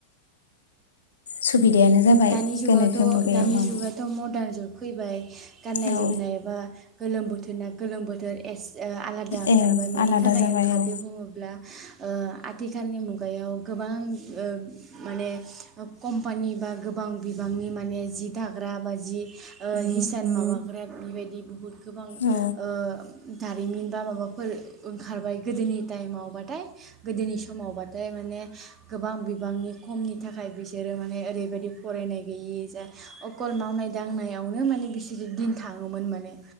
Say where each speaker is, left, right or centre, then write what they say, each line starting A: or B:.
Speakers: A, on the left; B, on the right.
A: सुबिदायानो जाबाय
B: दानि जुगावथ'
A: गोनोखो मुगायाव
B: दानि
A: ओं
B: जुगाथ' म- दान जुग फैबाय गाननाय
A: औ
B: जोमनायबा गोलोम बोथोर ना गोलोम बोथोर एस अ आलादा ओंखारबाय
A: ए
B: मानि
A: आलादा
B: थाखाय
A: जाबाय
B: ओंखारदो
A: औ
B: बुङोब्ला। अ आथिखालनि मुगायाव गोबां अ माने कम्पानि बा गोबां बिबांनि माने जि दाग्रा बा जि अ हिसान माबाग्रा बेबायदि बुहुत गोबां
A: औ
B: अ दारिमिन बा माबाफोर ओंखारबाय गोदोनि टाइमावबाथाय गोदोनि समावबाथाय माने गोबां बिबांनि खमनि थाखाय बिसोरो माने ओरैबायदि। फरायनाय गैयि जा अकल मावनाय दांनायावनो माने बिसोरो दिन थाङोमोन माने